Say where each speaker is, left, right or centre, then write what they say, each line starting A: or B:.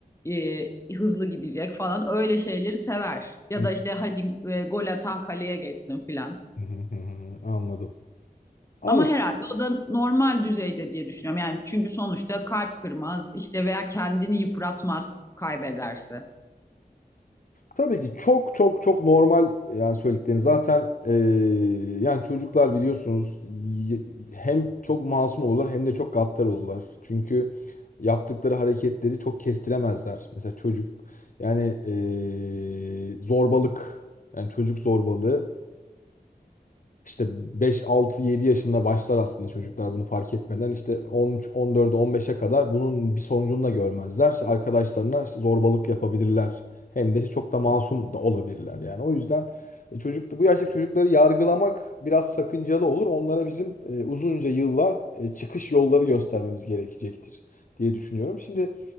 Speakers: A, on the left; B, on the left.
A: e, hızlı gidecek falan öyle şeyleri sever. Ya
B: Hı
A: da işte hadi e, gol atan kaleye geçsin filan.
B: hı hı hı. Anladım. Anladım.
A: Ama herhalde o da normal düzeyde diye düşünüyorum. Yani çünkü sonuçta kalp kırmaz işte veya kendini yıpratmaz kaybederse.
B: Tabii ki çok çok çok normal yani söylediklerini zaten eee, yani çocuklar biliyorsunuz y- hem çok masum olurlar hem de çok gaddar olurlar. Çünkü yaptıkları hareketleri çok kestiremezler. Mesela çocuk yani eee, zorbalık yani çocuk zorbalığı işte beş altı yedi yaşında başlar aslında çocuklar bunu fark etmeden. İşte 13, on dörde, on beşe kadar bunun bir sonucunu da görmezler. İşte arkadaşlarına işte zorbalık yapabilirler. Hem de işte çok da masum da olabilirler yani. O yüzden e, çocuk, bu yaştaki çocukları yargılamak biraz sakıncalı olur. Onlara bizim e, uzunca yıllar e, çıkış yolları göstermemiz gerekecektir diye düşünüyorum. Şimdi